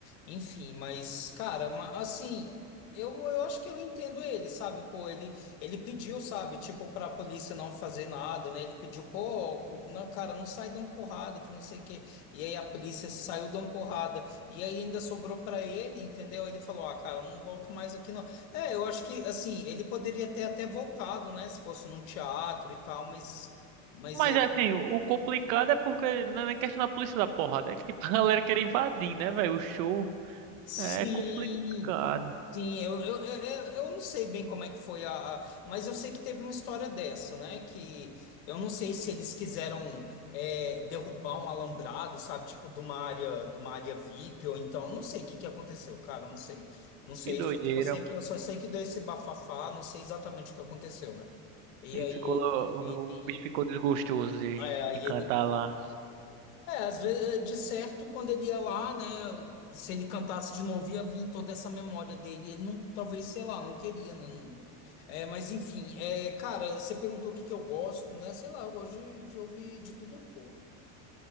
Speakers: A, on the left; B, on the right.
A: Enfim, mas, cara, ma- assim, eu, eu acho que eu entendo ele, sabe? Pô, ele, ele pediu, sabe, tipo, pra polícia não fazer nada, né? Ele pediu, pô, co- não, cara, não sai dando porrada, que não sei o quê. E aí a polícia saiu dando porrada. E aí ainda sobrou pra ele, entendeu? Ele falou, ah, cara, eu não volto mais aqui, não. É, eu acho que, assim, ele poderia ter até voltado, né? Se fosse num teatro e tal, mas mas.
B: Mas assim, o complicado é porque não é questão da polícia da porrada, é que tipo, <laughs> a galera quer invadir, né, velho? O show
A: Sim,
B: é complicado.
A: sim, eu, eu, eu, eu não sei bem como é que foi a, a- Mas eu sei que teve uma história dessa, né? Que eu não sei se eles quiseram é, derrubar um alambrado, sabe? Tipo, de uma área, de uma área VIP, ou então, não sei o que que aconteceu, cara, eu não sei. Não sei,
B: Que doideira.
A: só, só sei que, eu só sei que deu esse bafafá, não sei exatamente o que aconteceu, né? E
B: Ele
A: aí
B: ficou, lá- o,
A: ele,
B: o bicho ficou desgostoso de,
A: ele,
B: de cantar lá.
A: é, às vezes, de certo, quando ele ia lá, né, se ele cantasse de novo, ia vir toda essa memória dele. Ele não, talvez, sei lá, não queria, né? não- É, mas enfim, é, cara, você perguntou o que que eu gosto, né? Sei lá, eu gosto de, de ouvir de tudo um pouco.